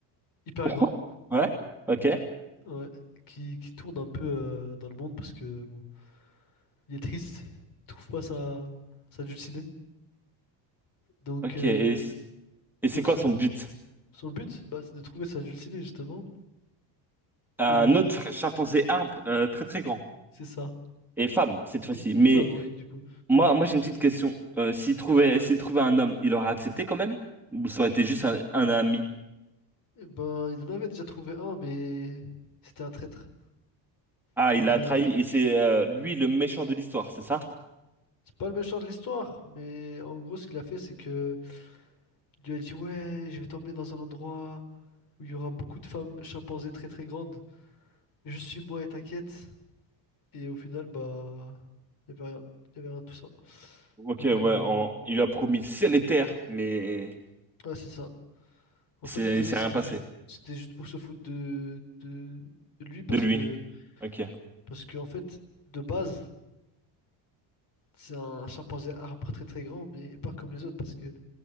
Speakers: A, on the left; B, in the centre.
A: hyper
B: <laughs>
A: grand,
B: Ouais, ok,
A: ouais, qui, qui tourne un peu euh, dans le monde parce que, bon, il est triste, il trouve pas sa, sa dulcinée. Donc,
B: ok.
A: euh,
B: Et, c- et c'est
A: donc
B: quoi
A: ça
B: son
A: peut-
B: but?
A: son but, bah, c'est de trouver sa dulcinée, justement.
B: Un
A: Et
B: autre chimpanzé arbre euh, très très grand
A: c'est ça.
B: et femme cette fois-ci.
A: Une, une
B: Mais
A: femme, oui, du coup.
B: moi, moi j'ai une petite question. Euh, s'il trouvait, s'il trouvait un homme, il aurait accepté quand même? Ou ça aurait été juste un, un ami?
A: Eh ben, il en avait déjà trouvé un, mais c'était un traître.
B: Ah,
A: Il
B: il
A: l'a
B: a
A: mis
B: trahi
A: à l'envers.
B: et c'est euh, lui le méchant de l'histoire, c'est ça?
A: C'est pas le méchant de l'histoire, mais en gros, ce qu'il a fait, c'est que il lui a dit, ouais, je vais t'emmener dans un endroit où il y aura beaucoup de femmes chimpanzés très très grandes. Juste suis-moi et t'inquiète. Et au final, bah, il y avait rien. Il y avait rien de tout ça.
B: Ok,
A: Donc,
B: ouais,
A: euh,
B: on- il lui a promis ciel et terre, mais
A: ah, c'est ça. En
B: c'est,
A: fait, c'était
B: c'est
A: c'était
B: rien passé
A: juste, c'était juste pour se foutre de, de, de lui parce
B: de lui.
A: que,
B: Ok.
A: parce que, en fait, de base. C'est un chimpanzé arbre très très grand, mais pas comme les autres, parce que